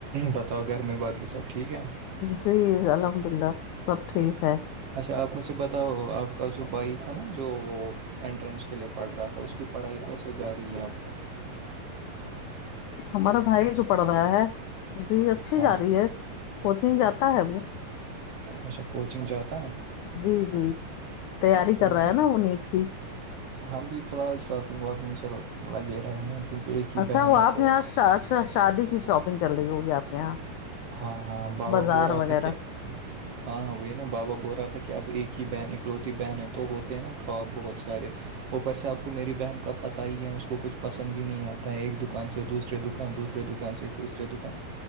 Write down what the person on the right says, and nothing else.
بتاؤ گھر میں بات کی سب ٹھیک ہے
اچھا آپ مجھے بتاؤ آپ کا جو بھائی تھا نا جو وہ انٹرنس کے لیے پڑھ رہا تھا اس کی پڑھائی کیسے جا رہی ہے اب
ہاں
اچھا کوچنگ جاتا ہے
ہاں
ہم بھی فی الحال شاپنگ واپنگ سے لگے رہے ہیں کیونکہ ایک ہی
بہن
ہے
تو
ہاں ہاں بابا
بول رہا
تھا کہ ہاں ہاں وہی نا بابا بول رہا تھا کہ اب ایک ہی بہن اکلوتی بہن ہے تو ہوتے ہیں نا خواب بہت <unintelligible> اوپر سے آپ کو میری بہن کا پتاہ ہی ہے اس کو کچھ پسند ہی نہیں آتا ہے ایک دکان سے دوسرے دکان دوسرے دکان دکان سے تیسرے دکان